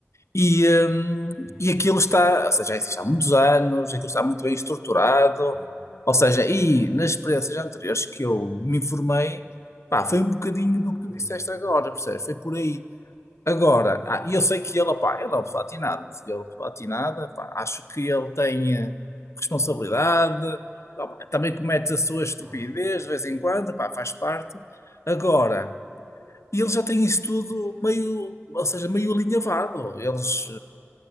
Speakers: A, on the left; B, in the centre.
A: e, hum,
B: Sim,
A: e aquilo está, ou seja, já existe há muitos anos, aquilo está muito bem estruturado.
B: sim,
A: Ou seja, e nas experiências anteriores que eu me informei, pá, foi um bocadinho do que tu
B: sim.
A: disseste agora, percebes? Foi por aí. Agora, ah, e eu sei que ele, pá, ele é o platinado, meu filho é o platinado, pá, acho que ele tem eh, responsabilidade, ah, pá, também comete a sua estupidez
B: Claro.
A: de vez em quando, pá, faz parte. Agora, ele já tem isso tudo meio, ou seja, meio alinhavado. Eles,